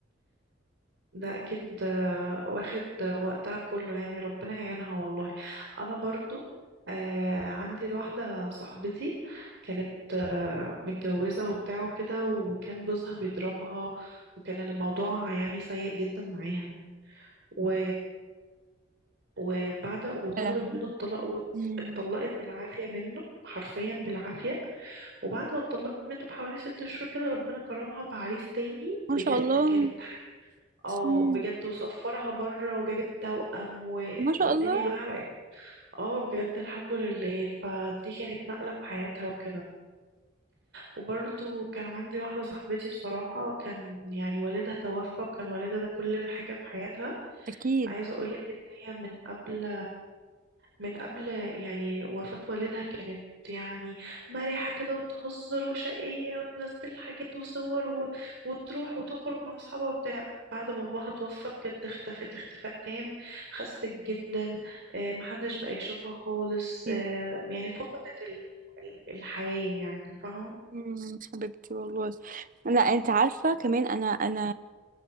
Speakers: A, on the right; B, on the right.
A: ده اكيد آه، واخد آه، وقتها كله يعني ربنا يعينها والله انا برضو آه، عندي واحدة صاحبتي كانت آه، متجوزة وبتاع وكده وكان جوزها بيضربها وكان الموضوع يعني سيء جدا معاها و... وبعد وطلبت
B: يا لهوي
A: منه الطلاق
B: مم.
A: واتطلقت بالعافية منه حرفيا بالعافية وبعد ما اتطلقت منه بحوالي ست شهور كده ربنا كرمها بعريس تاني
B: ما
A: بجد
B: شاء الله
A: كانت اه
B: مم.
A: بجد وصفرها بره وجابت توأم و...
B: ما شاء
A: والدنيا
B: الله
A: معاها بقت اه بجد الحمد لله فدي كانت نقلة في حياتها وكده وبرضو كان عندي واحدة صاحبتي بصراحة كان يعني والدها توفى وكان والدها ده كل حاجة في حياتها
B: اكيد
A: عايزة اقولك ان هي من قبل من قبل يعني وفاة والدها كانت يعني مرحة كده وتهزر وشقية وتنزل حاجات وصور و... وتروح وتخرج مع أصحابها وبتاع بعد باباها توفى بجد اختفت اختفاء تام خست جدا آه، محدش بقى يشوفها خالص
B: مم.
A: آه، يعني فقدت ال... ال- الحياة يعني فاهمة
B: مم. حبيبتي والله لا انت عارفه كمان انا انا